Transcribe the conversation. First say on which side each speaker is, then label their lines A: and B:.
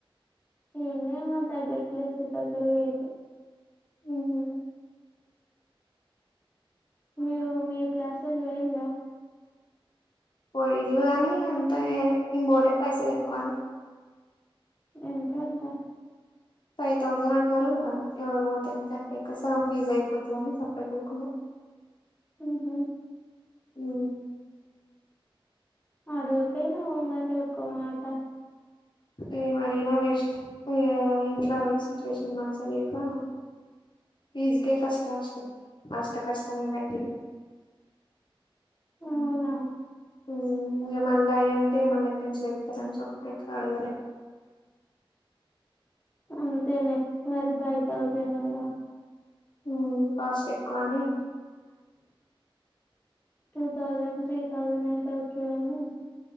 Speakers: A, on the left; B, on the left.
A: ఈన్నే మా దగ్గర ప్లేస్కు దగ్గర వేయరు
B: ఉ హు
A: నువ్వు మీ క్లాస్ ళ్ళు పోయిండ్రా
B: పోయింల్లు గని అంత నేనే నేను బోలే పైసలు ఎక్కువ అని
A: ఎంత ఎంత
B: ఫై తౌజన్ అన్నారు అ ఎవరు పోతానంటే ఇంక సగం ఫీజ్ అయిపోతదని సపరేట్ బుక్ న
A: హు
B: హు
A: అడుగ పెనవ్ ఒ మాట ఒక్క మాట
B: ఎమడిగిన వేస్ట్ ఇంట్ల వే సిట్యుయేషన్ మంచిగ లేక ఫీజుకె ఫస్ట్ హాస్ట అష్టకష్టాలు వెట్టి
A: అవున
B: హు ఇగ మళ్ళా అయ అంటే మళ్ళ ఎక్కంచి తేత్తరని సప్డేకా అడగలే
A: అంతేలే మరి ఫైవ్ తౌజండ్ కద
B: మ్ కాస్ట్ ఎక్కువని
A: టూ తౌసెండ్ త్రీ తౌసెన్ అయితే ఒకే గని